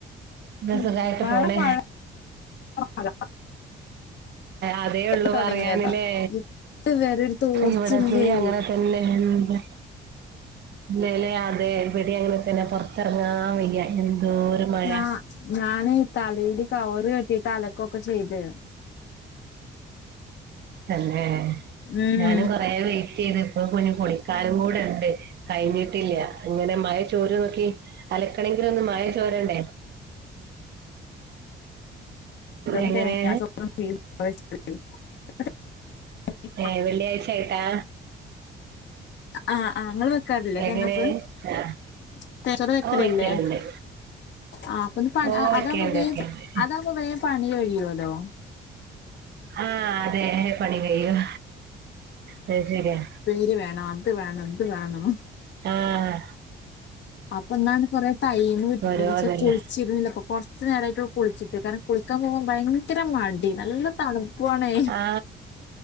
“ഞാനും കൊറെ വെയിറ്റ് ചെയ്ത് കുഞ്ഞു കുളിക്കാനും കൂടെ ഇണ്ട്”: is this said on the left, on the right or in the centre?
Right